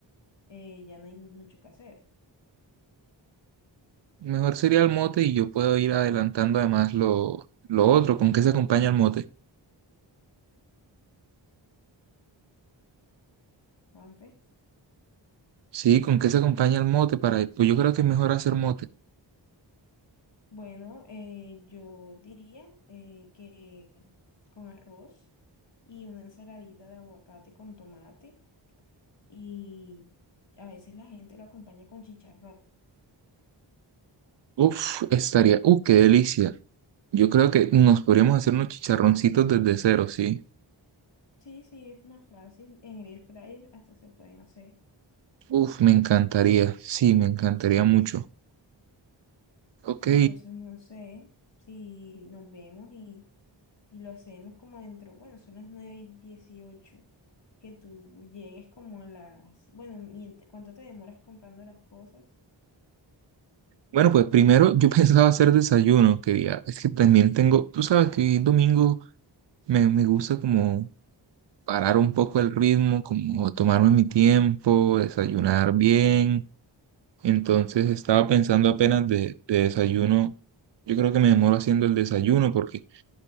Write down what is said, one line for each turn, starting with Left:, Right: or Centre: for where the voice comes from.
Left: eh, ya no hay mucho que hacer,
Right: mejor sería el mote y yo puedo ir adelantando además lo, lo otro, ¿con qué se acompaña el mote?
Left: Juanfe.
Right: Sí, ¿con qué se acompaña el mote para, pues yo creo que es mejor hacer mote.
Left: Bueno, eh, yo diría eh, que con arroz y una ensaladita de aguacate con tomate y a veces la gente lo acompaña con chicharrón.
Right: Uf, estaría, uf, qué delicia. Yo creo que nos podríamos hacer unos chicharroncitos desde cero, ¿sí?
Left: Sí, sí, es más fácil. En el air fryer hasta se pueden hacer.
Right: Uf, me encantaría, sí, me encantaría mucho. Ok,
Left: Entonces, no sé si nos vemos Y lo hacemos como dentro, bueno, son las nueve y 18. Que tú llegues como a las, bueno, mient- ¿cuánto te demoras comprando las cosas?
Right: bueno, pues primero yo <laughs> pensaba hacer desayuno, quería. Es que también tengo, tú sabes que hoy domingo me, me gusta como parar un poco el ritmo, como tomarme mi tiempo, desayunar bien. Entonces estaba pensando apenas de, de desayuno. Yo creo que me demoro haciendo el desayuno porque